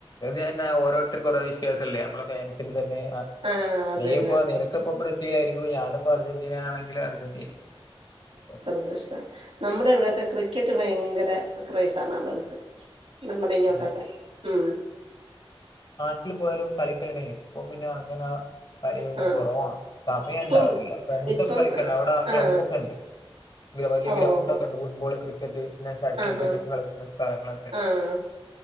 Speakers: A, on the left; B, on the right.
A: അതന്നെ ഓരോരുത്തർക്കും ഓരോ വിശ്വാസല്ലേ നമ്മളെ ഫാൻസിന്റെ തന്നെ
B: ആ അത്
A: നീ
B: തന്നെ
A: ഇപ്പ നിനക്ക് ഇപ്പൊ ബ്രസീൽ ആയിരിക്കും ഞാനും ഇപ്പ അർജന്റീന ആണെങ്കിൽ അർജന്റീനി വിശ്വാസം
B: <inaudible> നമ്മ്ടെ ഇവിടെയൊക്കെ ക്രിക്കറ്റ് ഭയങ്കര ക്രൈസാണ് ആള്കൾക്ക് നമ്മ്ടെ
A: വിശ്വാസം
B: ഇങ്യോട്ടൊക്കെ ഉം
A: വീട്ടിൽ പോയാലും കളിക്കല്ണ്ടേനി ഇപ്പ പിന്നെ അങ്ങനെ കളിയൊക്കെ
B: ആ
A: കൊറവാണ്. സമണ്ടാവാറില്ല
B: ഇപ്പം
A: ഫ്രണ്ട്സ് ഒക്കെ
B: ഇപ്പം
A: കളിക്കല് അവിടെ ക്ലബ്ബൊക്കെ
B: ആ
A: ഇണ്ട് വലിയ
B: ഓഹോ
A: ഗ്രൗണ്ടൊക്കെ
B: ഹോ
A: ഇണ്ട് ഫുട്ബോള് ക്രിക്കറ്റ് പിന്നെ ഷട്ടിൽബെറ്റ്
B: ആഹാ
A: ഒക്കെ കളിക്കുന്ന സ്ഥലങ്ങളൊക്കെ
B: ആഹ്